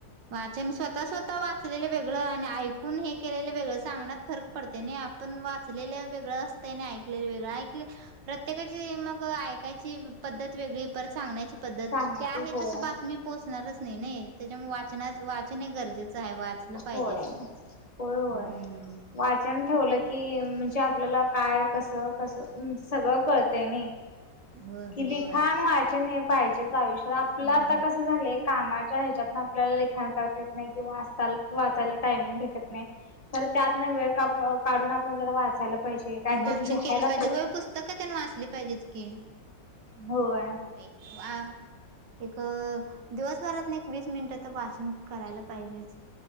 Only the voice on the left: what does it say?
सांगण्याची
होय
होय होय होय.
वाचन ठेवलं की म्हणजे आपल्याला काय कसं कसं म्हणज सगळं कळतं नाही
कि
लिखाण वाचन हे पाहिजेच आयुष्यात आपलं
आता
कसं झालंय कामाच्या ह्याच्यातन आपल्याला ललेखाण करत येत नाही किंवा असताल वाचायला टायमिंग भेटत नाही तरर त्यात नाही वेळ काप काढून आपण जरा वाचायला पाहिजे काहीतरी
लिहायला
होय